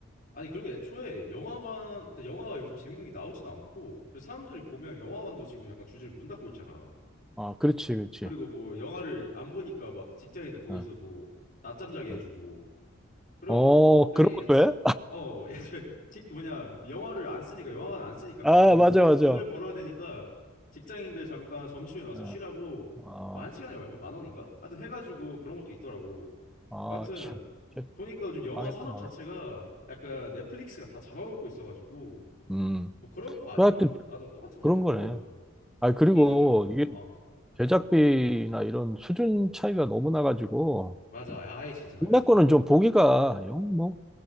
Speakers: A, on the left; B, in the centre.
A: 아니 그리고 애초에 영화관 일단 영화가 요즘 재밌는 게 나오지도 않고 그래서 사람들이 보면 영화관도 지금 약간 줄줄이 문 닫고 있잖아.
B: 아, 그렇지, 그렇지.
A: 그리고 뭐 영화를 안 보니까 막 직장인들 거기서
B: 어,
A: 뭐 낮잠 자게
B: 어,
A: 해주고 그래가지고
B: 어,
A: 선생님
B: 그런 것도
A: 애,
B: 해?
A: 어 <laughs> 애초에 직 뭐냐 영화를 안 쓰니까 영화관 안
B: <laughs>
A: 쓰니까
B: 아,
A: 뭐
B: 맞아,
A: 그걸
B: 맞아.
A: 돈을
B: 어,
A: 벌어야 되니까 직장인들 잠깐 점심에 와서
B: 어,
A: 쉬라고
B: 아,
A: 뭐 한 시간에 얼마 만 원인가? 하여튼 해가지고 그런 것도 있더라고
B: 아,
A: 뭐 하여튼
B: 참. 진짜
A: 보니까 요즘 영화
B: 망했다,
A: 산업
B: 망했다.
A: 자체가 약간 넷플릭스가 다 잡아먹고 있어가지고
B: 음,
A: 뭐 그런 거 아니면
B: 그 하여튼
A: 나도 똑같은 거
B: 그런
A: 같아 별로
B: 거네.
A: 어,
B: 아, 그리고
A: 흥행하기 어려워
B: 이게
A: 어
B: 제작비나 이런 수준 차이가 너무 나가지고,
A: 맞아 아예 진짜 다르지
B: 국내 거는 좀 보기가 영, 뭐,